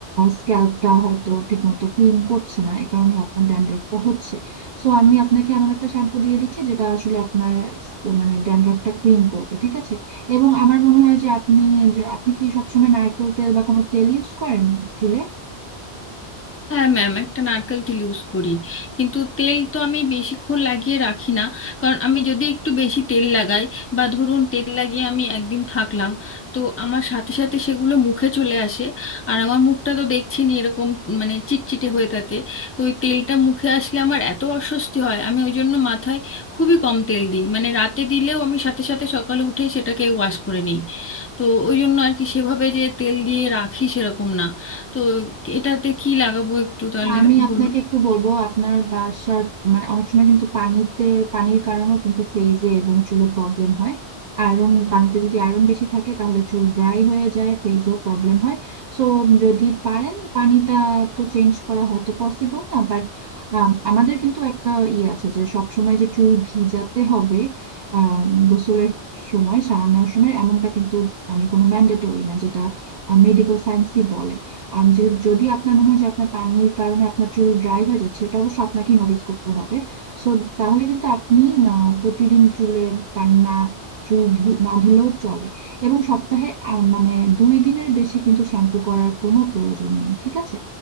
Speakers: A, on the right (about 55°); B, on the left (about 20°).
A: স্ক্যাল্পটা হয়তো ঠিক মতো ক্লিন করছে না এই কারণে আপনার ড্যান্ড্রাফটা হচ্ছে সো আমি আপনাকে এমন একটা শ্যাম্পু দিয়ে দিচ্ছি যেটা আসলে আপনার স- মানে ড্যান্ড্রফটা ক্লিন করবে ঠিক আছে এবং আমার মনে হয় যে আপনি যে- আপনি কি সবসময় নারকেল তেল বা কোনো তেল ইউজ করেন চুলে
B: হ্যাঁ ম্যাম একটা নারকেল তেল ইউজ করি কিন্তু তেল তো আমি বেশিক্ষণ লাগিয়ে রাখি না কারণ আমি যদি একটু বেশি তেল লাগাই বা ধরুন তেল লাগিয়ে আমি একদিন থাকলাম তো আমার সাথে সাথে সেগুলো মুখে চলে আসে আর আমার মুখটা তো দেখছেনই এরকম মানে চিটচিটে হয়ে থাকে তো ওই তেলটা মুখে আসলে আমার এত অস্বস্তি হয় আমি ওই জন্য মাথায় খুবই কম তেল দিই মানে রাতে দিলেও আমি সাথে সাথে সকালে উঠেই সেটাকে ওয়াশ করে নিই তো ওই জন্য আর কি সেভাবে যে তেল দিয়ে রাখি সেরকম না তো এটাতে কি লাগাবো একটু তাহলে
A: আমি আপনাকে
B: বলুন
A: একটু বলবো আপনার বাসার মানে অনেক সময় কিন্তু পানিতে পানির কারণেও কিন্তু ফেজে এবং চুলে প্রবলেম হয় আয়রন পানিতে যদি আয়রন বেশি থাকে তাহলে চুল ড্রাই হয়ে যায় ফেজও প্রবলেম হয় সো যদি পারেন পানিটা তো চেঞ্জ করা হয়তো পসিবল না বাট আমাদের কিন্তু একটা ইয়ে আছে যে সব সময় যে চুল ভিজাতে হবে আহ গোসলের সময় সারানোর সময় এমনটা কিন্তু মানে কোনো ম্যান্ডেটরি না যেটা মেডিকেল সায়েন্সই বলে আর যে যদি আপনার মনে হয় যে আপনার পানির কারণে আপনার চুল ড্রাই হয়ে যাচ্ছে এটা অবশ্য আপনাকেই নোটিস করতে হবে সো তাহলে কিন্তু আপনি আহ, প্রতিদিন চুলে পানি না চুল ধু- না ধুলেও চলে এবং সপ্তাহে আহ, মানে দুই দিনের বেশি কিন্তু শ্যাম্পু করার কোনো প্রয়োজন নেই ঠিক আছে